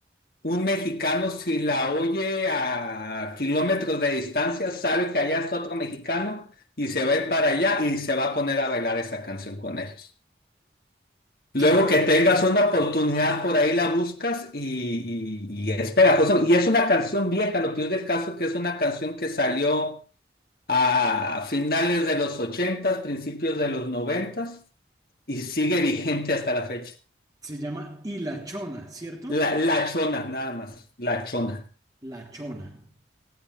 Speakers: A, on the left; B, on the right.
A: Un mexicano, si la oye a kilómetros de distancia, sabe que allá está otro mexicano y se va a ir para allá y se va a poner a bailar esa canción con ellos. Luego
B: Claro,
A: que tengas una oportunidad por ahí la buscas y, y, y es pegajoso. Y es una canción vieja, lo peor del caso que es una canción que salió a finales de los ochentas, principios de los noventas y sigue vigente hasta la fecha.
B: se llama Y la Chona, ¿cierto?
A: La, la chona, nada más, la chona.
B: La Chona.